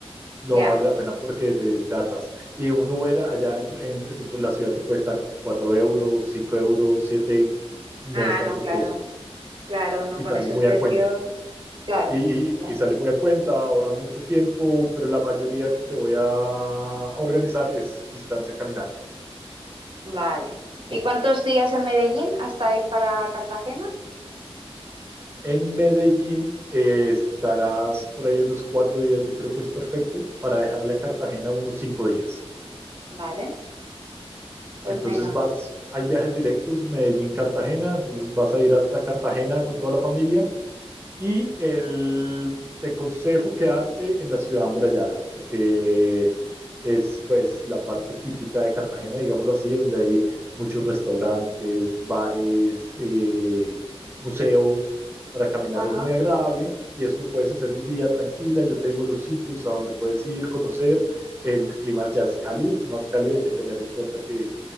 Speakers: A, on the right; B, on the right.
A: No
B: ya.
A: vale la pena porque te, te atas. Y un Uber allá dentro, en- dentro de la ciudad te cuesta 4 euros, 5 euros, 7. No
B: Ah,
A: es tan
B: no,
A: costoso
B: claro, claro, no
A: y
B: con
A: sale
B: esos
A: muy
B: precios,
A: a cuenta
B: claro,
A: y, y-
B: claro,
A: y sale muy a cuenta, ahorras mucho tiempo, pero la mayoría que te voy a organizar es distancia caminando.
B: vale. ¿Y cuántos días en Medellín hasta ir para Cartagena?
A: En Medellín eh, estarás por ahí unos cuatro días, yo creo que es perfecto para dejarle a Cartagena unos cinco días.
B: Vale, pues
A: Entonces
B: venga,
A: vas, hay viajes directos Medellín-Cartagena, entonces vas a ir hasta Cartagena con toda la familia Y el, te aconsejo quedarte en la ciudad amurallada, porque es pues la parte típica de Cartagena, digámoslo así, donde hay muchos restaurantes, bares, eh, museos, para caminar
B: ajá.
A: es muy agradable y eso lo puedes hacer un día tranquila, yo te digo los sitios a donde puedes ir, conocer, el clima ya es cálido, es más cálido, hay que tener en cuenta que,